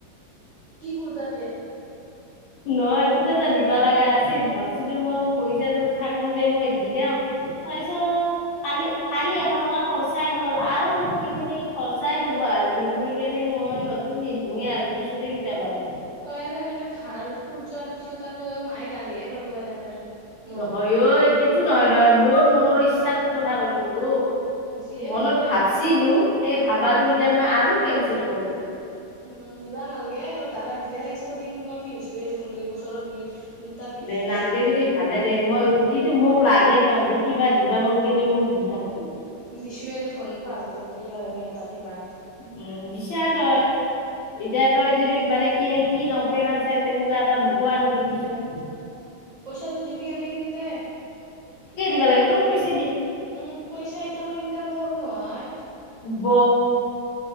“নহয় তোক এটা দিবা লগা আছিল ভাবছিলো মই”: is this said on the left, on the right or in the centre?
Left